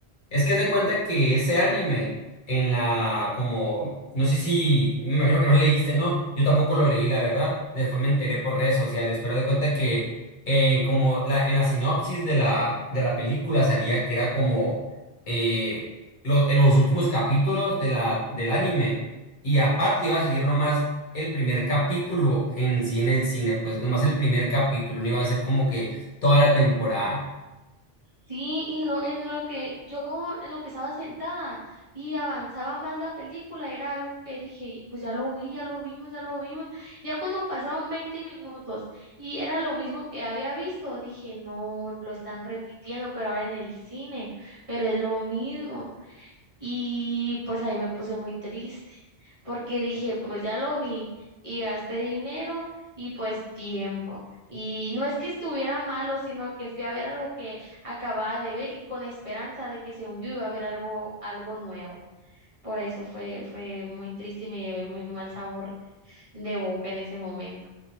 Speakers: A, on the left; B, on the right.
A: es que haz de cuenta que ese anime en la, como, no sé si, me creo que no leíste, ¿no? Yo tampoco lo leí, la verdad, después me enteré por redes sociales, pero haz de cuenta que eh, como la, en la sinopsis de la, de la película salía que era como eh, lo- en los últimos capítulos de la, del anime, y aparte iba a salir nomás el primer capítulo en sí en el cine, pues nomás el primer capítulo, no iba a ser como que toda la temporada.
B: Sí, y lo, en lo que yo, en lo que estaba sentada y avanzaba más la película, era algo que dije, pues ya lo vi, ya lo vimos, ya lo vimos. Ya cuando pasaron 20 minutos y era lo mismo que había visto, dije, no, lo están repitiendo, pero ahora en el cine, pero es lo mismo. Y pues ahí me puse muy triste porque dije, pues ya lo vi y gasté dinero y pues tiempo. Y no es que estuviera malo, sino que fui a ver algo que acababa de ver y con esperanza de que según yo iba a ver algo, algo nuevo. Por eso fue, fue muy triste y me llevé muy mal sabor de boca en ese momento.